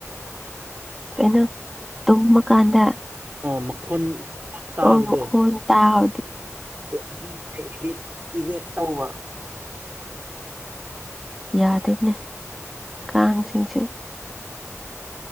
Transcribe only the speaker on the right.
ꯑꯣ ꯃꯈꯣꯟ ꯃꯈꯣꯟ ꯇꯥꯕꯗꯣ
ꯑꯗꯨ ꯏꯚꯦꯠ ꯇꯧꯕ